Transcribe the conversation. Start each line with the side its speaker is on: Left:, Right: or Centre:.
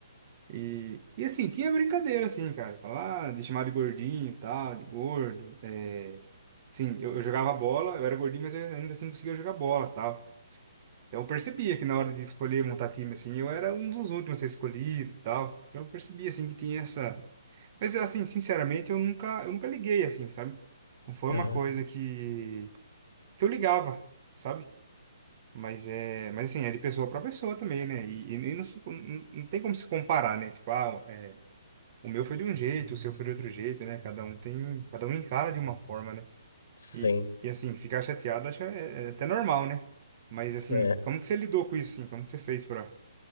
Right: e, e assim, tinha brincadeira, assim, cara. Falar ah, de chamar de gordinho e tal, de gordo. É... Sim, eu, eu jogava bola, eu era gordinho, mas eu ainda assim conseguia jogar bola e tal. Então eu percebia que na hora de escolher montar time, assim, eu era um dos últimos a ser escolhido e tal. Então eu percebia, assim, que tinha essa... Mas, assim, sinceramente, eu nunca, eu nunca liguei, assim, sabe? Não foi uma
Left: Aham.
Right: coisa que, que eu ligava, sabe? Mas, é, mas, assim, é de pessoa para pessoa também, né? E, e não, su- não não tem como se comparar, né? Tipo, ah, é, o meu foi de um jeito, o seu foi de outro jeito, né? Cada um tem, cada um encara de uma forma, né?
Left: Sim,
Right: E, e assim, ficar chateado, acho que é, é até normal, né? Mas, assim,
Left: é.
Right: como que você lidou com isso, assim? Como que você fez para